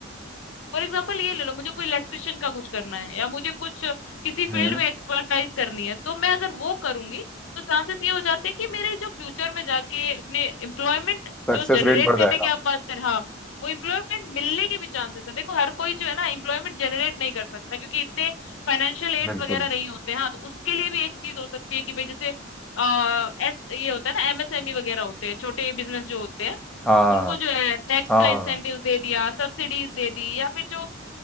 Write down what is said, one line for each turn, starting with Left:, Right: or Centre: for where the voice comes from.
Left: फॉर एग्जाम्पल ये ले लो मुझे कोई इलेक्ट्रिशियन का कुछ करना है या मुझे कुछ अ, किसी फील्ड
Centre: हम्म
Left: में एक्सपर्टाइज करनी है तो मैं अगर वो करूंगी तो चांसेस ये हो जाते हैं कि मेरे जो फ्यूचर में जाके अपने एम्प्लॉयमेंट
Centre: सक्सेस
Left: जो जनरेट
Centre: रेट बढ़
Left: करने
Centre: जाएगा
Left: की आप बात कर हाँ वो एम्प्लॉयमेंट मिलने के भी चांसेस है देखो हर कोई जो है ना एम्प्लॉयमेंट जनरेट नहीं कर सकता क्योंकि इतने फाइनेंशियल एड्स
Centre: बिल्कुल
Left: वगैरह नहीं होते हैं हाँ तो उसके लिए भी एक चीज हो सकती है कि भाई जैसे अ, एस, ये होता है ना एमएसएमई वगैरह होते हैं छोटे बिजनेस जो होते हैं
Centre: हाँ हाँ
Left: उनको जो है टैक्स
Centre: हाँ
Left: का
Centre: हाँ
Left: इंसेंटिव
Centre: हाँ,
Left: दे दिया सब्सिडीज दे दी या फिर जो